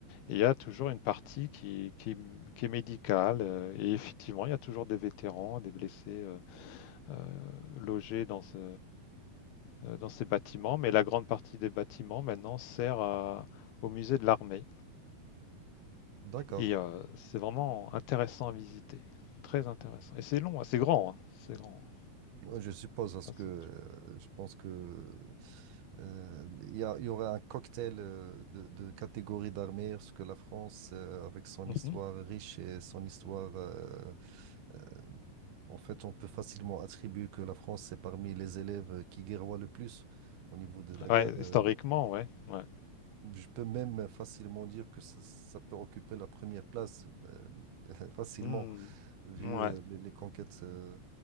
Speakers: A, on the left (about 85°); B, on the right (about 85°).
A: Et il y a toujours une partie qui, qui, qui est médicale. euh, et effectivement, il y a toujours des vétérans, des blessés euh, euh, logés dans ce, euh, dans ces bâtiments, mais la grande partie des bâtiments maintenant sert à- au musée de l'armée.
B: D'accord.
A: Et euh, c'est vraiment intéressant à visiter, très intéressant. Et c'est long, hein, c'est grand, hein, c'est grand.
B: Ouais, Je suppose, parce
A: Ah,
B: que
A: c'est-
B: euh, je pense que euh, il y a- il y aurait un cocktail euh, de, de catégories d'armées, parce que la France, euh, avec son
A: Mhm.
B: histoire riche et son histoire, euh, euh, en fait, on peut facilement attribuer que la France est parmi les élèves qui guerroient le plus au niveau de la guerre.
A: Ouais,
B: Euh,
A: historiquement, ouais, ouais.
B: je peux même facilement dire que ça, ça peut occuper la première place, euh, <laughs> facilement
A: Hmm.
B: vu
A: Ouais,
B: euh, les, les conquêtes euh,